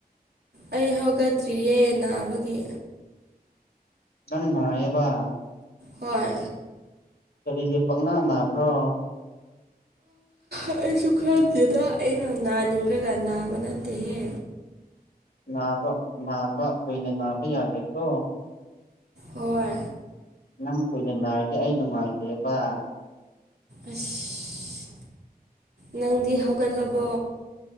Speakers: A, on the right; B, on the left.
A: ꯑꯩ ꯍꯧꯒꯠꯇ꯭ꯔꯤꯌꯦ ꯅꯥꯕꯒꯤ
B: ꯅꯪ ꯅꯑ
A: ꯍꯣꯏ
B: ꯀꯔꯤꯒꯤꯦ ꯄꯪꯅꯥ ꯅꯅꯥꯕ꯭ꯔꯣ
A: ꯑꯩꯁꯨ ꯈꯪꯗꯦꯗ ꯑꯩꯅ ꯅꯥꯅꯤꯡꯈ꯭ꯔꯒ ꯅꯥꯕ ꯅꯠꯇꯦꯍꯦ
B: ꯅꯥꯕ ꯅꯥꯕ ꯀꯨꯏꯅ ꯅꯥꯕ ꯌꯥꯗꯦꯀꯣ
A: ꯍꯣꯏ
B: ꯅꯪ ꯀꯨꯏꯅ ꯅꯥꯔꯒꯦ ꯑꯩ ꯅꯨꯡꯉꯥꯏꯇꯦꯕ
A: ꯑꯁ ꯅꯪꯗꯤ ꯍꯧꯒꯠꯂꯕꯣ